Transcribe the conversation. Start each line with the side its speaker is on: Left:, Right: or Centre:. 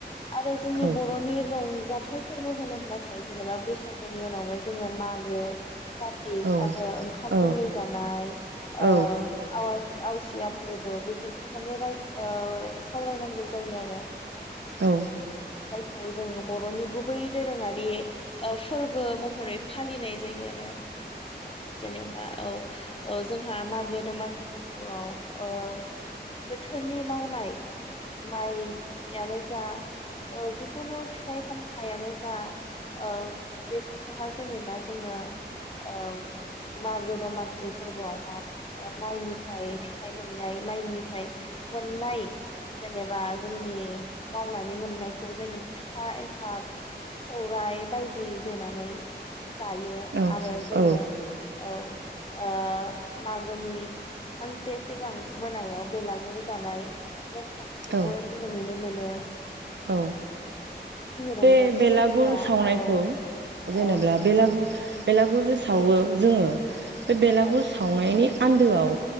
Left: आरो जोंनि
Right: औ
Left: बर'नि रंजाथ फ्रायफोरबो होनोब्लाथाय जेनेबा बैसागोनि उनावनो जोङो मागो कार्तिक
Right: औ
Left: आरो ओंखाम
Right: औ
Left: गोरलै जानाय ओ
Right: औ
Left: आवाज आवसिया फोरबो बेफोरखौ माने राय ओ सावरायनांगौ जायो आरो
Right: औ।
Left: खौ जोंङो बर'नि गुबै दोरोङारि ओ फोरबो महरै फालिनाय जायो आरो ओ जेनेबा औ जोंहा मागो दमासि फोरबोआव ओ बोथोरनि मावनाय माइयानो जा ओ जिखुनु फिथाइ सामथायानो जा ओ बेफोर खौहा जेनेबा जोङो ओ मागो दमासि फोरबोआवहा माइनिफ्राय फिथाइ मोननाय माइनिफ्राय मोननाय जेनेबा जोंनि मावनानै मोननायखौ जेनब फिथा एन्थाब सौराइ बायदि देनानै जायो
Right: औ
Left: आरो जोङो औ। ओ मागोनि सानसे से सिगां मोनायाव बेलागुर जानाय। नेमखान्थिखौबो
Right: औ
Left: जोङो नुनो मोनो ओ।
Right: औ
Left: रंजाथाइ
Right: बे बेलागुर
Left: फोरबोआ
Right: सावनायखौ
Left: औ
Right: जेनोब्ला
Left: औ
Right: बेलागुर बेलागुर जे सावो जोङो बे बेलागुर
Left: औ
Right: सावनायनि आन्दोआव